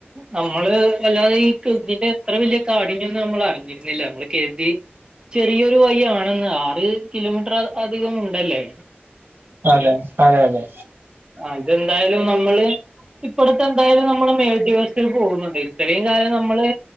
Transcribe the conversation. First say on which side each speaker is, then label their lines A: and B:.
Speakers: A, on the right; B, on the right.
A: നമ്മള് അല്ലാതെ ഈ കിർബിന്റെ എത്ര വല്യ കാഠിന്യംന്ന് നമ്മൾ അറിഞ്ഞി ഞ്ഞില്ല നമ്മള് കേട്ടി ചേ ചറിയൊരു വയി ആണെങ്ങ് ആറ് കിലോമീറ്റർ അദി അധികം ഉണ്ടല്ലേ
B: അതെ അതെ അതെ
A: ആ ഇതെന്തായാലും നമ്മള് ഇപ്പറത്തെന്തായാലും നമ്മള മേലുദ്യോഗസ്ഥത്തര് പോകുന്നുണ്ട് ഇത്രയും കാലം നമ്മള്